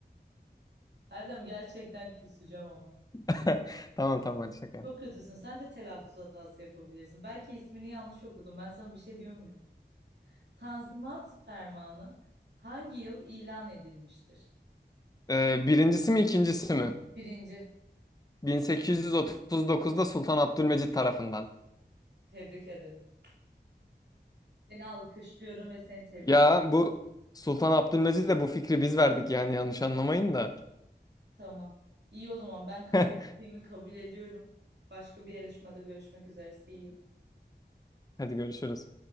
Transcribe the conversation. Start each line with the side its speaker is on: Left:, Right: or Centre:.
Right: Erdem gerçekten küseceğim ama.
Left: <laughs> Tamam tamam hadi şaka. yap.
Right: Çok kötüsün. Sen de telaffuz hatası yapabilirsin. Belki ismini yanlış okudum. Ben sana bir şey diyor muyum? Tanzimat Fermanı hangi yıl ilan edilmiştir?
Left: Ee, birincisi mi ikincisi mi?
Right: Birinci.
Left: 1839'da Sultan Abdülmecit tarafından.
Right: Tebrik ederim. Seni alkışlıyorum ve seni tebrik
Left: Ya
Right: ederim.
Left: bu Sultan Abdülmecit'le bu fikri biz verdik yani yanlış anlamayın da.
Right: Tamam. İyi o zaman ben kaybettiğimi
Left: <laughs>
Right: kabul ediyorum. Başka bir yarışmada görüşmek üzere. See you.
Left: Hadi görüşürüz.